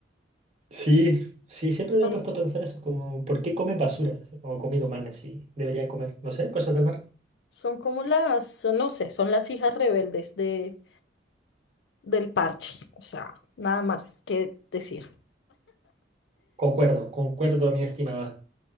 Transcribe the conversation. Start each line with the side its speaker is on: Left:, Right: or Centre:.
Right: Sí, sí, siempre
Left: Son,
Right: me he puesto a pensar eso, como ¿por qué comen basura o comida humana si deberían comer, no sé, cosas del mar?
Left: son como las, son- no sé, son las hijas rebeldes de, del parche. O sea, nada más que decir.
Right: Concuerdo, concuerdo, mi estimada.